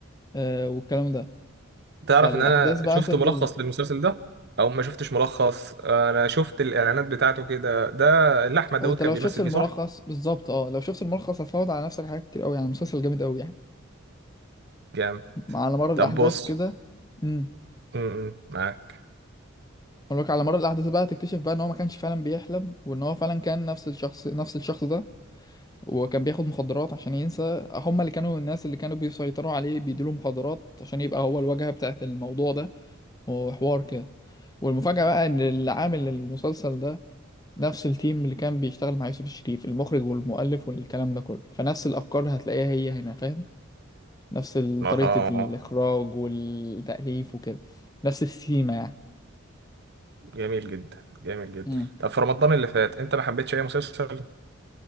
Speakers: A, on the left; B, on the right.
A: آه، والكلام ده فالأحداث
B: تعرف ان انا
A: بقى
B: شفت
A: تفضل
B: ملخص للمسلسل ده او ما شفتش ملخص انا شفت الاعلانات بتاعته كده ده اللي احمد
A: وانت
B: داوود كان
A: لو
B: بيمثل
A: شفت الملخص
B: فيه صح
A: بالظبط اه لو شفت الملخص هتفوت على نفسك حاجات كتير قوي يعني مسلسل جامد قوي يعني
B: جامد
A: مع- على مر الاحداث
B: طب بص
A: كده امم
B: مم. معاك
A: ولك على مر الاحداث بقى هتكتشف بقى ان هو ما كانش فعلا بيحلم وان هو فعلا كان نفس الشخص نفس الشخص ده وكان بياخد مخدرات عشان ينسى هم اللي كانوا الناس اللي كانوا بيسيطروا عليه بيديله مخدرات عشان يبقى هو الواجهة بتاعت الموضوع ده وحوار كده والمفاجأة بقى ان اللي عامل المسلسل ده نفس التيم اللي كان بيشتغل مع يوسف الشريف المخرج والمؤلف والكلام ده كله فنفس الافكار هتلاقيها هي هنا فاهم نفس ال-
B: اه
A: طريقة الإخراج والتأليف وكده نفس السيما يعني
B: جميل جدا جميل جدا
A: مم.
B: طب في رمضان اللي فات انت ما حبيتش اي مسلسل